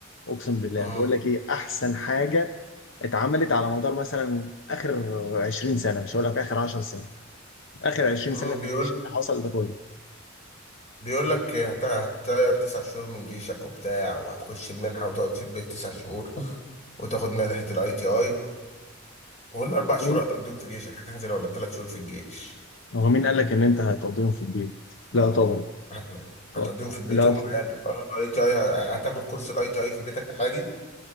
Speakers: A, on the left; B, on the left.
A: اقسم بالله
B: امم
A: بقول لك ايه احسن حاجه اتعملت على مدار مثلا اخر 20 سنه مش هقول لك اخر 10 سنين اخر 20
B: أمم،
A: سنه في
B: بيقول
A: الجيش اللي حصل ده كله
B: بيقول لك هت- هتطير تسع شهور من جيشك وبتاع وهتخش المنحه وتقعد في البيت تسع شهور وتاخد منحه الاي تي اي والاربع شهور
A: مين
B: هتقضيهم في جيشك هتنزل ولا الثلاث شهور في الجيش
A: هو مين قال لك ان انت هتقضيهم في البيت لا طبعا
B: <laughs> هت- هتقضيهم
A: آه.
B: في البيت
A: لا
B: هم قالوا قالوا الاي تي اي هتاخد كورس الاي تي اي في بيتك عادي